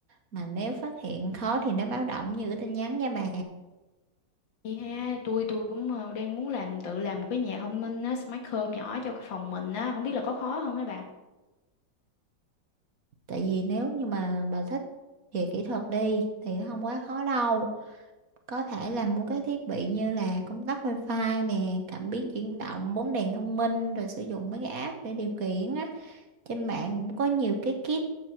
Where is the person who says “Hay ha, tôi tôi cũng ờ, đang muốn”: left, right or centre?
Left